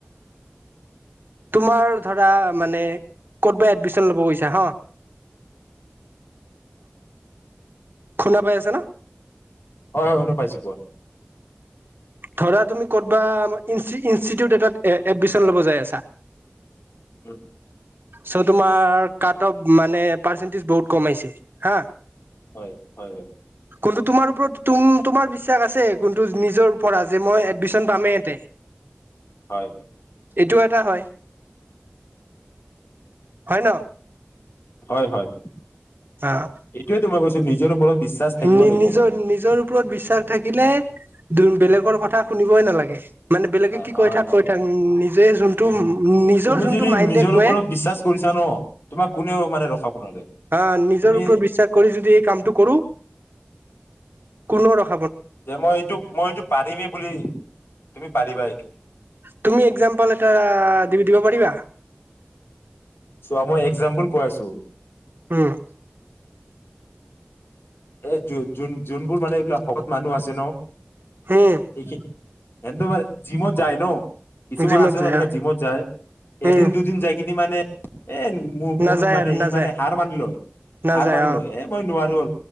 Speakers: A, on the right; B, on the left.
A: তোমাৰ ধৰা মানে ক'ত এডমিচন ল'ব গৈছা হ খুন্দা পাই আছে না
B: হয় হয় শুনা পাইছো কোৱা
A: ধৰা তুমি ক'তবা ইনষ্টিটিউট এটাত এডমিচন ল'ব যাই আছা
B: উম
A: চ তোমাৰ কাট অফ মানে পাৰ্চেণ্টিজ বহুত কম আহিছে হা
B: হয় হয় হয়
A: কোনটো তোমাৰ ওপৰত তোমাৰ বিশ্বাস আছে কোনটো নিজৰ পৰা যে মই এডমিশন পামেই ইয়াতে
B: হয়
A: এইটো এটা হয় হয় ন
B: হয় হয়
A: অ
B: এইটোৱে তো মই কৈছো নিজৰ ওপৰত বিশ্বাস থাকিব
A: নি
B: লাগিব
A: নিজৰ
B: মানে
A: নিজৰ ওপৰত বিশ্বাস থাকিলে বেলেগৰ কথা শুনিবই নালাগে মানে বেলেগে
B: অ
A: কি কৈ
B: হয়
A: থাক
B: হয়
A: কৈ থাক নিজে যোনটো
B: উ
A: নিজৰ
B: তুমি
A: যোনটো
B: যদি
A: মাইণ্ডে
B: নিজৰ
A: কোৱে
B: ওপৰত বিশ্বাস কৰিছা ন তোমাক কোনেও মানে ৰখাব নোৱাৰে
A: হা নিজৰ
B: তুমি
A: ওপৰত বিশ্বাস কৰি যদি এই কামটো কৰো কোনো ৰ
B: যে মই এইটো মই এইটো পাৰিমেই বুলি তুমি পাৰিবা এইটো
A: তুমি একজাম্পল এটা দি দিব পাৰ পাৰিবা
B: চোৱা মই একজাম্পুল কৈ আছোঁ
A: উম
B: এ যো যোন যোনবোৰ মানে এইবিলাক শকত মানুহ আছে ন
A: উম
B: এইখিনি এন্ত মানে জিমত যায় ন কিছুমান
A: জিমত
B: আছে ন
A: যায়
B: এনেকে জিমত যায় এদিন
A: উম
B: দুদিন যাই কিনি মানে এ মোৰ মোৰ
A: নাযায়
B: মানে
A: আৰু
B: ই
A: নাযায়
B: মানে হাৰ মানিলো
A: নাযায়
B: হাৰ মানিলো
A: অ
B: এ মই নোৱাৰো আৰু উ